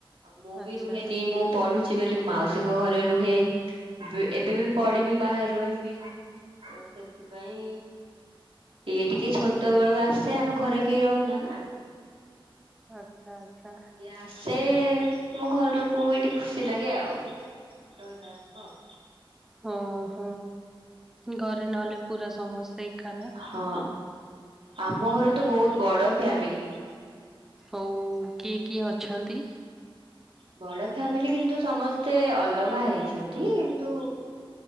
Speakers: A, on the right (about 80°); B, in the centre.
A: ଆଉ ମୁଁ
B: ଆଚ୍ଛା
A: ବି ରୁହେନି ମୁଁ ପଢୁଛି ବୋଲି ମାଉସୀଙ୍କ ଘରେ ରୁହେ। ଏବେ ବି ପଡିବି ବାହାରେ ରହିବି। ତ ସେଥିପାଇଁ ଇଏ ଟିକେ ଛୋଟ ପତଟବେଳୁ ଆସେ ଆମେ ଘରେ କେହି ରହୁନା ନା।
B: ଆଚ୍ଛା ଆଚ୍ଛା
A: ଇଏ ଆସେ ତମ ଘର ଲୋକଙ୍କୁ ବି ଏଠିକେ ଖୁସି ଲାଗେ ଆଉ। ଶୋଇଲା ବେଳକୁ ଆଉ।
B: ଓହୋ ଘରେ ନହେଲେ ପୁରା ସମସ୍ତେ ଏକା ନା
A: ହଁ ଆମ ଘର ତ ବହୁତ ବଡ ଫ୍ୟାମିଲି।
B: ଆଉ କିଏ କିଏ ଅଛନ୍ତି?
A: ବଡ ଫ୍ୟାମିଲି କିନ୍ତୁ ସମସ୍ତେ ଅଲଗା ହେଇଛନ୍ତି କିନ୍ତୁ